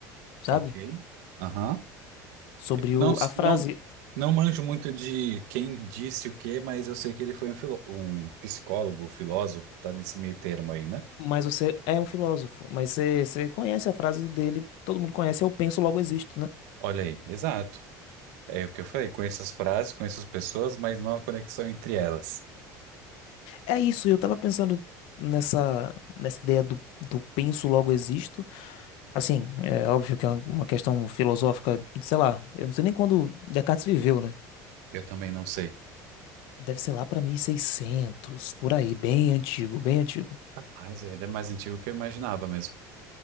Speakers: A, on the left (about 70°); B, on the right (about 80°).
A: sabe?
B: Ok. Aham.
A: Sobre
B: Não,
A: o, a frase,
B: não, não manjo muito de quem disse o quê, mas eu sei que ele foi um, filó- um psicólogo, filósofo, tá nesse meio termo aí, né?
A: mas você é um filósofo, mas você, você conhece a frase dele, todo mundo conhece, eu penso, logo existo, né?
B: Olha aí, exato. É o que eu falei, conheço as frases, conheço as pessoas, mas não a conexão entre elas.
A: É isso, eu tava pensando nessa, nessa ideia do, do penso, logo existo. Assim, é óbvio que é uma questão filosófica, sei lá, eu não sei nem quando Descartes viveu, né?
B: Eu também não sei.
A: Deve ser lá pra 1600 por aí, bem antigo, bem antigo.
B: Rapaz, é, ele é mais antigo que eu imaginava mesmo.